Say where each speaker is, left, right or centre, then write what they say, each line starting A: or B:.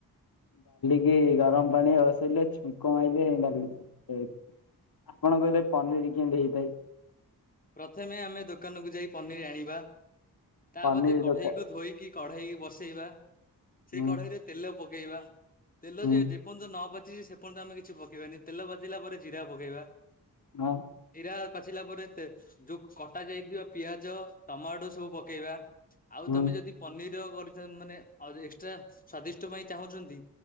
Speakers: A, on the left; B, on the left.
A: କି ଗରମ ପାଣି ବସେଇଲେ ଛୁଙ୍କ ମାଇଲେ ଡାଲି <inaudible> ଆପଣ କହିଲେ ପନିର୍ କେମିତି ହେଇଥାଏ?
B: ପ୍ରଥମେ ଆମେ ଦୋକାନକୁ ଯାଇ ପନିର୍ ଆଣିବା। ତା
A: ପନିର
B: ବତେ କଢେଇକୁ
A: ଦୋକାନ
B: ଧୋଇକି କଢେଇ ବସେଇବା। ସେ
A: ହୁଁ।
B: କଢେଇରେ ତେଲ ପକେଇବା। ତେଲ
A: ହୁଁ
B: ଯେ ଯେପନ୍ତ ନ ପାଚ ତିଚି ସେପର୍ଯ୍ୟନ୍ତ ତ ଆମେ କିଛି ପକେଇବାନି ତେଲ ପାଚିଲା ପରେ ଜିରା ପକେଇବା।
A: ହଁ।
B: ଜିରା ପାଚିଲା ପରେ ତେ ଯୋଉ କଟା ଯାଇଥିବା ପିଆଜ ଟମାଟୋ ସବୁ ପକେଇବା। ଆଉ
A: ହୁଁ
B: ତୋମେ ଯଦି ପନିର୍ ର କରିଥା ମାନେ ଆଉରି ଏକ୍ସଟ୍ରା ସ୍ଵାଦିଷ୍ଟ ପାଇଁ ଚାହୁଁଚନ୍ତି